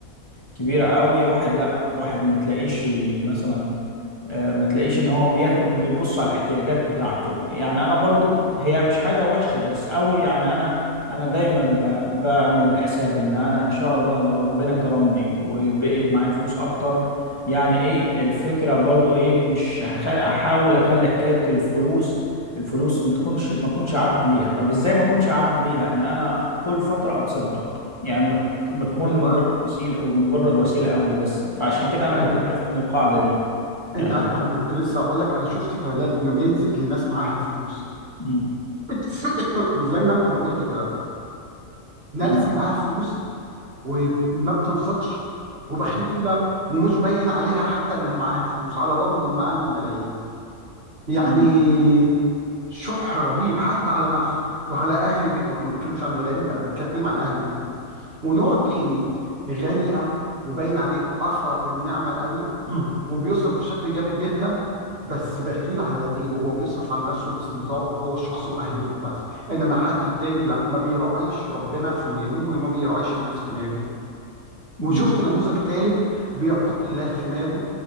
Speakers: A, on the left; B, on the right.
A: كبيرة قوي واحد لا واحد ما تلاقيش مثلا آه، ما تلاقيش ان هو بياخد بيبص على الاحتياجات بتاعته يعني انا برضو هي مش حاجة وحشة بس قوي يعني انا انا دايما ب- بعمل حساب ان انا ان شاء الله لو ربنا كرمني وبقيت معايا فلوس اكتر يعني ايه الفكرة برضو ايه مش هخل... احاول اخلي حكاية الفلوس الفلوس ما تكونش ما تكونش عبد ليها طب ازاي ما اكونش عبد ليها ان انا كل فترة اتصدق يعني ما تك- ما تكون
B: حلو
A: مجرد وسيلة او مجرد وسيلة قوي بس فعشان كده انا
B: قوي
A: كنت خايف من القاعدة دي يعني
B: انت عارف انا كنت لسه هقول لك انا شفت ثلاث نماذج لناس معاها فلوس
A: مم.
B: <laughs> <coughs> زي ما انت ما قلت كده ناس
A: مم.
B: معاها فلوس وما بتنفقش وبخيله ومش باين عليها حتى انها معاها فلوس على الرغم انهم معاهم ملايين يعني
A: مم.
B: شح رهيب حتى على نفسه وعلى اهل بيته انا ما بتكلمش عن الغريب انا بتكلم عن اهل بيته ونوع تاني غني قوي وباين عليه اثر النعمه قوي <clears throat> وبيصرف بشكل جامد جدا بس بخيل على غيره هو بيصرف على نفسه لاستمتاعه هو الشخصي واهل بيته بس انما حد التاني لا ما بيراعيش ربنا في ماله وما بيراعيش الناس في ماله
A: مم.
B: وشفت نموذج ثالث بيتقي الله في ماله